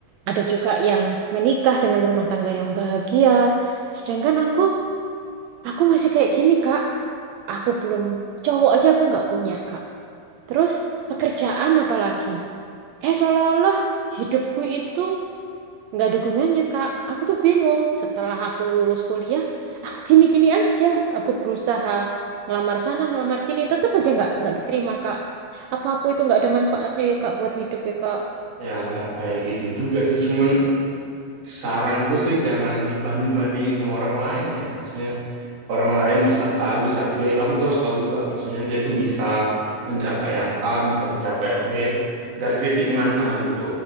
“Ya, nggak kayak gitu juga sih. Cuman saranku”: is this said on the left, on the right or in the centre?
Right